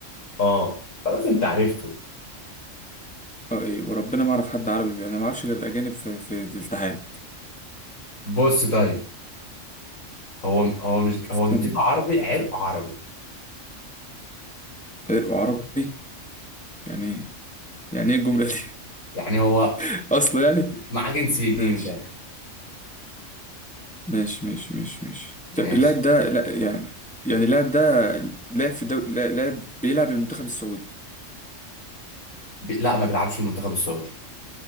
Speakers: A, on the left; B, in the centre.
A: اه خلاص انت عرفته
B: اه ايه وربنا ما اعرف حد عربي انا ما اعرفش غير اجانب في في الاتحاد
A: بص طيب هو هو مش هو
B: استنى
A: جنسيته عربي عرق عربي
B: عرقه عربي يعني ايه يعني ايه الجمله دي
A: يعني هو
B: <laughs> اصلا يعني
A: معاه جنسيتين
B: ماشي
A: من الاخر
B: ماشي ماشي ماشي ماشي
A: ماشي
B: طب اللاعب ده لا يعني يعني اللاعب ده لاعب في الدوري لا- لاعب بيلعب للمنتخب السعودي
A: بي... لا ما بيلعبش المنتخب السعودي